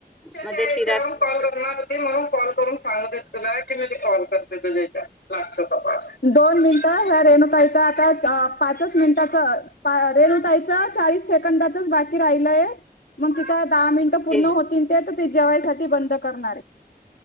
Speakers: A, on the left; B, in the centre.
A: याच्यावरून
B: मग ते चिराग
A: कॉल करणार होती म्हणून कॉल करून सांगत- तुॉ करते त त दोन मिनट <inaudible> ताई च आता पाचच मिनिटांचे. रेणूताईच चाळीस सेकंदाच - राहिलय मग तिचं दहा मिनट पूर्ण
B: हे
A: होतीन - जेवायसाठी बंद करणारे.